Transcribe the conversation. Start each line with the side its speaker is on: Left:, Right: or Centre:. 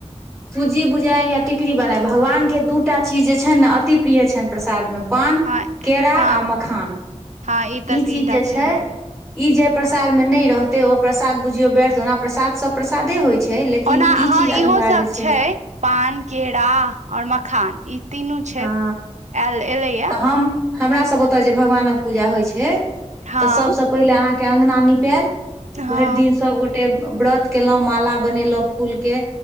Centre: सुजी भुजइ या टिकड़ी बनाय भगवान के दू टा चीज जे छनि ने अति प्रिय छनि प्रसादमे। पान
Right: हँ
Centre: केरा
Right: हँ
Centre: आ मखान
Right: हँ तऽ
Centre: ई
Right: तीन
Centre: चीज
Right: टा
Centre: जे
Right: छनि
Centre: छै।
Right: हे
Centre: ई जय प्रसाद में नहि रहते ओ प्रसाद बुझियौ व्यर्थ ओना प्रसाद सब् प्रसादे होइत छै। छै लेकिन
Right: ओना
Centre: ई
Right: हँ
Centre: चीज
Right: इहो
Centre: अनिवार्य
Right: सब
Centre: छै।
Right: पान केरा और मखान ई तीनू छै
Centre: हँ
Right: आयल एले य।
Centre: तऽ हम हमरा सब ओत्ते जे भगवानक जे पूजा होए छय
Right: हँ
Centre: त सब सब पेहला आहा के अंगना निपेल
Right: हँ
Centre: भैर दिन सबगो टे व्रत केलो माला बनेलो फूल के